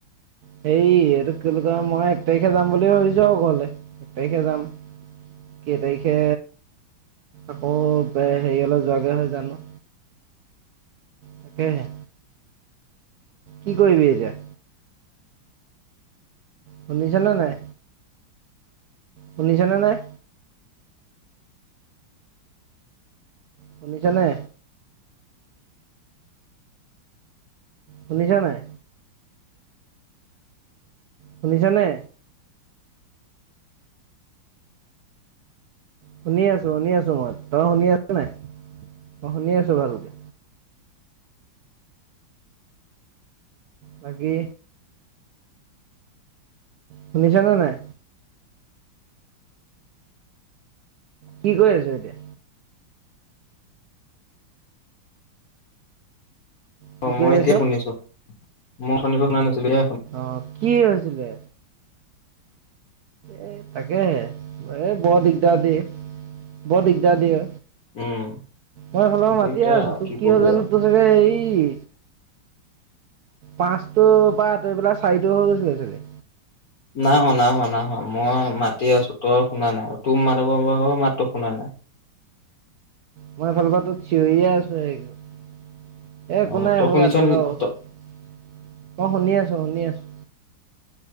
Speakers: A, on the right; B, on the left.
A: সেই এইটো কি বুলি কয় মই এক তাৰিখে যাম বুলি ভাবিছো আৰু ঘৰলে এক তাৰিখে যাম। কেই তাৰিখে আকৌ হেৰি হলে যোৱাগে হয় জানো তাকেহে কি কৰিবি এতিয়া? শুনিছনে নাই? শুনিছনে নাই? শুনিছনে শুনিছ নাই? শুনিছ নে? শুনি আছো শুনি আছো মই তই শুনি আছ নাই অই শুনি আছো ভালকৈ বাকী শুনিছানে নাই? কি কৰি আছ এতিয়া? কি
B: অ মই
A: কৰি
B: এতিয়া
A: আছ
B: শুনিছো। মই অথনি শুনা নাছিলো এয়া শু-
A: অ কি হৈছিলে? এ তাকেহে এই বৰ দিগদাৰ দিয়ে বৰ দিগদাৰ দিয়ে।
B: উম,
A: মই এফালৰ মাতিয়ে
B: দিগদাৰ
A: আছো
B: আৰু
A: তোক কি
B: কবি
A: হয় জানো
B: আৰু।
A: তোৰ চাগে হেৰি পাঁচটো পৰা আতৰি পেলাই চাৰিটো হৈ গৈছিলে চাগে।
B: নাই হোনা নাই হোৱা না হোৱা মই মাতি আছো তোৰ শুনা নাই তোৰ মাত পৰা মাতো শুনা নাই।
A: মই এইফালৰ পৰা তোক চিঞৰিয়ে আছো এক- এই একো
B: অ',
A: নাই
B: তই
A: এইবোৰ
B: শুনিছ
A: বাদ দে
B: নি
A: বাৰু অ শুনি আছোঁ শুনি আছোঁ।